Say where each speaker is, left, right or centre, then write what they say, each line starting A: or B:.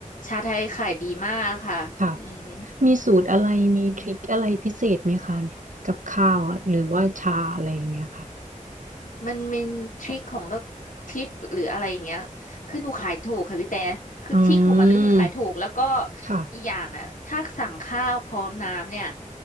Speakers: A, on the left; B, on the right.
A: ชาไทยขายดีมากค่ะอืม
B: ค่ะมีสูตรอะไรมีทริคอะไรพิเศษไหมคะ
A: อืม
B: กับข้าวอะหรือว่าชาอะไรอย่างเงี้ยค่ะ
A: มันเป็นทริคของก็ทิปหรืออะไรอย่างเงี้ยคือหนูขายถูกค่ะพี่แต่คือทริคของมันเลยคือขายถูกแล้วก็
B: อืมค่ะ
A: อีกอย่างอ่ะถ้าสั่งข้าวพร้อมน้ำเนี่ย